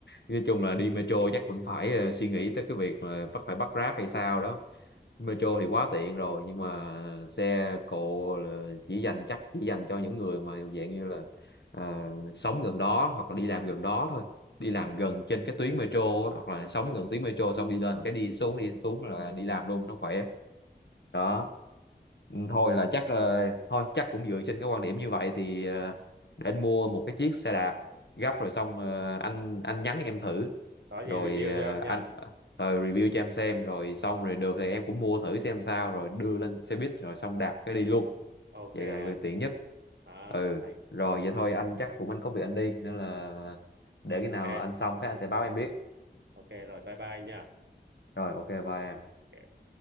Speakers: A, on the left; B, on the right.
A: nói chung là đi metro chắc vẫn phải ờ, suy nghĩ tới cái việc mà bắt phải bắt Grab hay sao đó metro thì quá tiện rồi nhưng mà xe cộ là chỉ dành chắc chỉ dành cho những người mà dạng như là ờ, sống gần đó hoặc là đi làm gần đó thôi đi làm
B: à,
A: gần trên cái tuyến metro á, hoặc là sống gần tuyến metro xong đi lên cái đi xuống đi xuống là đi làm luôn nó khỏe đó Ừ, thôi là chắc ờ, thôi chắc cũng dựa trên cái quan điểm như vậy thì ờ, để anh mua một cái chiếc xe đạp gấp rồi xong ờ, anh anh nhắn em thử
B: có gì
A: rồi
B: review
A: ờ,
B: cho em
A: anh
B: nha
A: ờ, review cho em xem rồi xong
B: ừ,
A: rồi được thì em cũng mua thử xem sao rồi đưa lên
B: ừ.
A: xe buýt rồi xong đạp cái đi luôn
B: ok
A: vậy
B: anh.
A: là tiện nhất
B: đó,
A: ừ
B: thành
A: rồi vậy thôi anh chắc cũng anh có việc anh đi nên là để khi
B: ok
A: nào anh xong cái anh sẽ báo em biết
B: ok rồi bye bye anh nha
A: rồi ok bye em.
B: Ok.